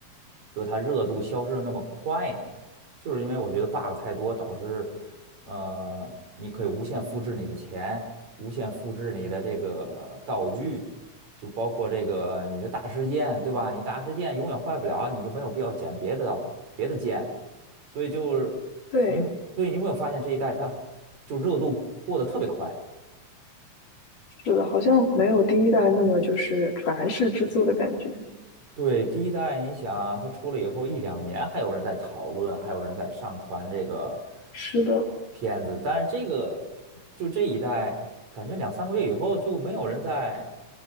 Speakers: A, on the right; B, on the left.
A: 就它热度消失的那么快呢？就是因为我觉得 bug 太多，导致呃，你可以无限复制你的钱，无限复制你的这个道具。就包括这个你的大事件，对吧？你大事件永远坏不了，你就没有必要捡别的刀别的剑，所以就是你们对你有没有发现这一代它就热度过得特别快？
B: 对，是的，好像没有第一代那么就是传世之作的感觉。
A: 对，第一代你想它出了以后一两年，还有人在讨论，还有人在上传这个
B: 是的，
A: 呃片子，但是这个就这一代，感觉两三个月以后就没有人在